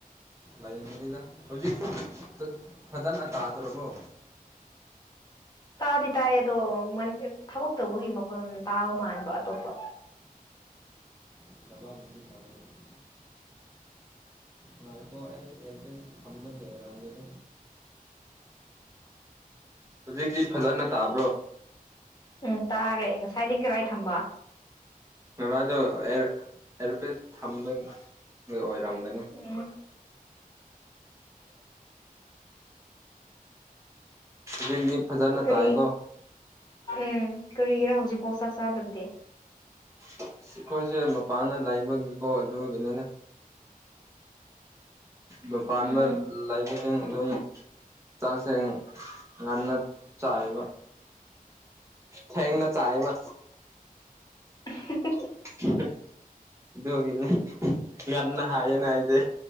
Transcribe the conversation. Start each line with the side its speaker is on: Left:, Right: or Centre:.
Right: ꯂꯩꯕꯅꯤꯗ ꯍꯧꯖꯤꯛꯁꯨ ꯐꯥ ꯐꯖꯅ ꯇꯥꯗ꯭ꯔꯕꯣ
Left: ꯇꯥꯗꯤ ꯇꯥꯏ ꯑꯗꯣ ꯃꯟ ꯊꯕꯛ ꯇꯧꯕꯒꯤ ꯃꯈꯣꯟ ꯇꯥꯕ ꯃꯥꯟꯕ ꯑꯇꯣꯞꯄ꯫
Right: <unintelligible> ꯉꯥꯏꯀꯣ ꯑꯩ ꯑꯦꯔꯄꯦꯁ ꯊꯝꯕꯒꯤ ꯑꯣꯏꯔꯝꯒꯦꯔ꯫ ꯍꯧꯖꯤꯛꯇꯤ ꯐꯖꯅ ꯇꯥꯕ꯭ꯔꯣ꯫
Left: ꯎꯝ ꯇꯥꯔꯦ ꯉꯁꯥꯏꯗꯤ ꯀꯔꯥꯏ ꯊꯝꯕ꯫
Right: ꯉꯔꯥꯗꯣ ꯑꯦꯔ ꯑꯦꯔꯄꯦꯁ ꯊꯝꯕꯒꯤ ꯑꯣꯏꯔꯝꯒꯅꯤ꯫
Left: ꯎꯝ꯫
Right: ꯍꯖꯤꯛꯇꯤ ꯐꯖꯅ
Left: ꯀꯔꯤ
Right: ꯇꯥꯌꯦꯒꯣ꯫
Left: ꯎꯝ ꯀꯔꯤꯒꯤꯔꯥ ꯍꯧꯖꯤꯛ ꯄꯥꯎ ꯆꯥꯛ ꯆꯥꯗꯕꯗꯦ꯫
Right: ꯑꯩꯈꯣꯏꯁꯦ ꯃꯄꯥꯟꯗ ꯂꯩꯕꯒꯤꯀꯣ ꯑꯗꯨꯒꯤꯅꯤꯅꯦ꯫ ꯃꯄꯥꯟꯕ
Left: ꯎꯝ
Right: ꯂꯥꯏꯕꯒꯤ__ ꯑꯗꯨꯝ ꯆꯥꯛꯁꯦꯡ ꯉꯟꯅ ꯆꯥꯏꯕ꯫ ꯊꯦꯡꯅ ꯆꯥꯏꯕ꯫
Left: <unintelligible>
Right: <inaudible> ꯑꯗꯨꯒꯤꯅꯦ ꯉꯅ ꯍꯥꯏꯌꯦꯅ ꯑꯩꯖꯦ